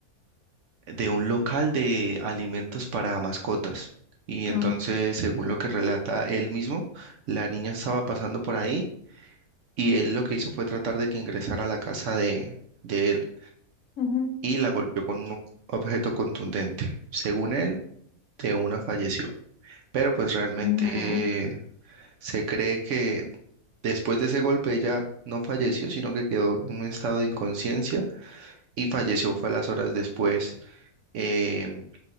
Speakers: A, on the right; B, on the left.
A: de un local de alimentos para mascotas. Y entonces,
B: Ah,
A: según lo que relata él mismo, la niña estaba pasando por ahí y él lo que hizo fue tratar de que ingresara a la casa de, de él
B: ujú.
A: y la golpeó con un objeto contundente. Según él, de una falleció. Pero pues realmente
B: Ujú.
A: se cree que después de ese golpe ella no falleció, sino que quedó en un estado de inconsciencia y falleció fue a las horas después, em,